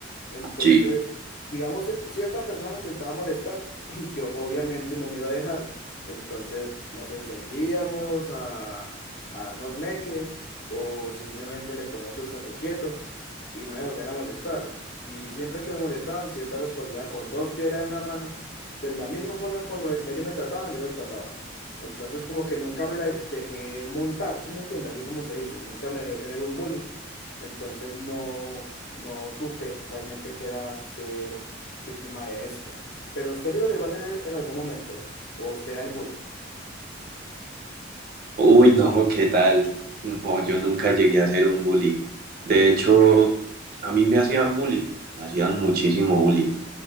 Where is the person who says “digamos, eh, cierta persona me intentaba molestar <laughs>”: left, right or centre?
Left